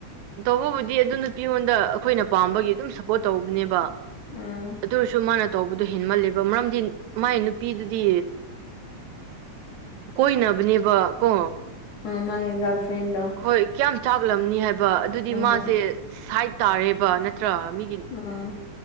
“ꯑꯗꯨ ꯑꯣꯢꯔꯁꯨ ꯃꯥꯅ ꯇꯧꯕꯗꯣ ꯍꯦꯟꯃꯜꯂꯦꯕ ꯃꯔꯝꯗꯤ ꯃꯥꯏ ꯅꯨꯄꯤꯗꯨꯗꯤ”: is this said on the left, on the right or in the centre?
Right